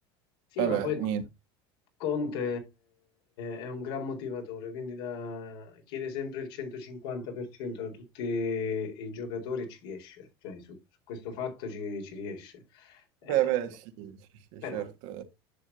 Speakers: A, on the left (about 70°); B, on the right (about 65°).
A: Sì,
B: vabbè,
A: ma poi
B: niente.
A: Conte è, è un gran motivatore, quindi da- chiede sempre il 150% da tutti i giocatori e ci riesce. Cioè, su, su questo fatto ci, ci riesce. Eh,
B: Beh, beh,
A: però,
B: sì, sì, sì,
A: però-
B: certo. Eh,